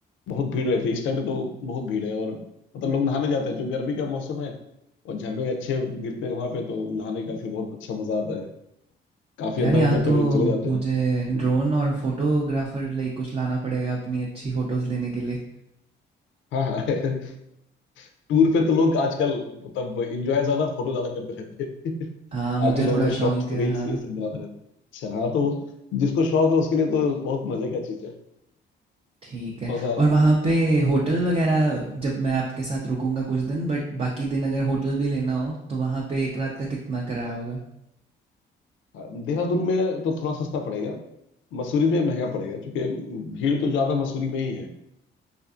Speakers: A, on the left; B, on the right.
A: बहुत भीड़ रहती है इस टाइम पे तो बहुत भीड़ है और मतलब लोग नहाने जाते हैं जो गर्मी का मौसम है और झरने अच्छे गिरते हैं वहाँ पे तो नहाने का फिर बहुत अच्छा मजा आता है काफी
B: यार
A: अंदर
B: यहाँ
A: अंदर तक
B: तो
A: लोग चले जाते
B: मुझे
A: हैं हम्म।
B: ड्रोन और फोटोग्राफर लाइक कुछ लाना पड़ेगा अपनी अच्छी फोटोज लेने के लिए
A: हाँ हाँ <laughs> टूर पे तो लोग आजकल मतलब एंजॉय ज्यादा फोटो ज्यादा करते रहते हैं
B: हाँ मुझे
A: आजकल लोगों
B: थोड़ा
A: को
B: शौक
A: शॉर्ट्स
B: है
A: रील्स
B: हाँ
A: ये सब बनाते रहते हैं। अच्छा हाँ तो जिसको शौक है उसके लिए तो बहुत मजे का चीज है
B: ठीक है
A: थोड़ा सा
B: और वहाँ पे होटल वगैरह जब मैं आपके साथ रुकूंगा कुछ दिन बट बाकी दिन अगर होटल भी लेना हो तो वहाँ पे एक रात का कितना किराया होगा
A: हाँ, देहरादून में तो थोड़ा सस्ता पड़ेगा मसूरी में महंगा पड़ेगा क्योंकि भीड़ तो ज्यादा मसूरी में ही है